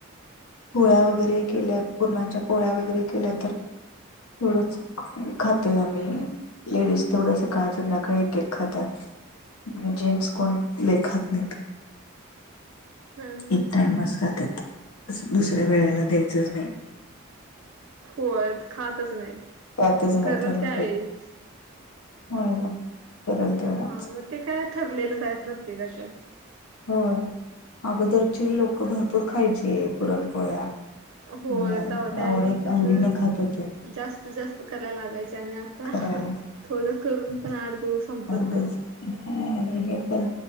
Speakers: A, on the left; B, on the right.
A: पोळ्या वगैरे केल्यात पूरणांच्या पोळ्या वगैरे केल्या तर थोडच खातोय आम्ही. लेडीज तेवड सकाळ सध्याकाळी एक एक खातात. म्हे जेम्स कोण लय खात नाहीत.
B: हम्म
A: एक टाइमच खातात दुसऱ्या वेळेला द्यायचंच नाही.
B: होय खातच नाहीत.
A: खातच नाही
B: करल
A: त्याला
B: त्यावेळीच
A: होय ना करल तेव्हाच.
B: हा मग ते काय ठरलेलंच आहे प्रत्येकाच.
A: होय, अगोदरचे लोक भरपूर खायचे पुरणपोळ्या.
B: होय
A: ह
B: तवा त्यावेळी
A: आवडत
B: कसं
A: आवडीने खात होते.
B: जास्त जास्त करायला लागायचे आणि आता
A: करायला
B: थोडं करून पण आठ दिवस संपत
A: हे
B: नाही.
A: पण